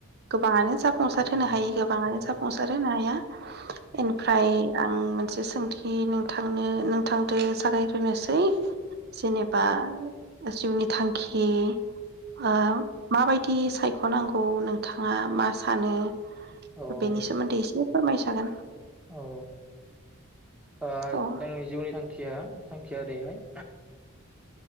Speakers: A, on the right (about 45°); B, in the centre.
A: गोबाङानो जाफुंसार
B: औ
A: होनो हायो गोबाङानो
B: औ
A: जाफुंसार होनो हाया। इनिफ्राय आं मोनसे सोंथि नोंथांनो नोंथांदो जागायग्रोनोसै। जेनेबा जिउनि थांखि ओ माबायदि सायखनांगौ नोंथाङा मा सानो?
B: औ
A: बेनि
B: औ
A: सोमोन्दै एसे फोरमायजागोन।
B: औ ओ जोंनि
A: औ
B: जिउनि थांखि खिया थांखिया ओरैहाय